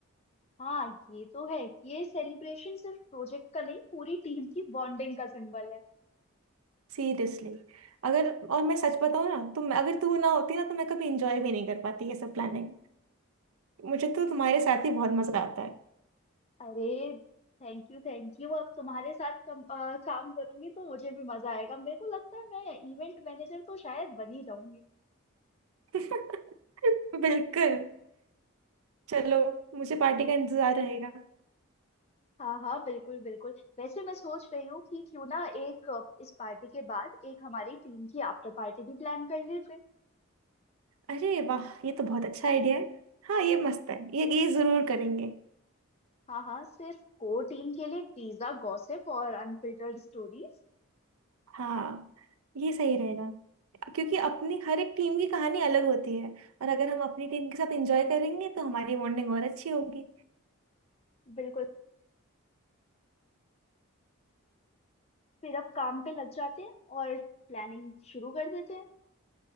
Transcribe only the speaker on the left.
हाँ ये तो है ये सेलिब्रेशन सिर्फ प्रोजेक्ट का नहीं पूरी टीम की बॉन्डिंग का सिंबल है
अरे थैंक यू थैंक यू अब तुम्हारे साथ कम, अ, काम करूंगी तो मुझे भी मजा आएगा मेरे को लगता है मैं इवेंट मैनेजर तो शायद बन ही जाऊंगी
हाँ हाँ बिल्कुल बिल्कुल वैसे मैं सोच रही हूँ कि क्यों ना एक अ, इस पार्टी के बाद एक हमारी टीम की आफ्टर पार्टी भी प्लान कर ले फिर
हाँ हाँ सिर्फ कोर टीम के लिए पिज्जा गॉसिप और अनफिल्टर्ड स्टोरीज
बिल्कुल फिर अब काम पे लग जाते हैं और प्लानिंग शुरू कर देते हैं